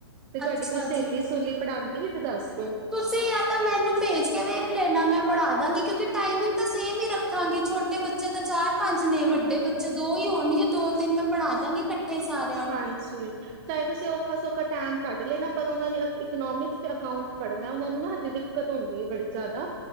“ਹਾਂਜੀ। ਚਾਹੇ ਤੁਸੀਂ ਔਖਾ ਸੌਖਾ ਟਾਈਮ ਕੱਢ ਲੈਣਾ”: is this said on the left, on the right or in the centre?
Right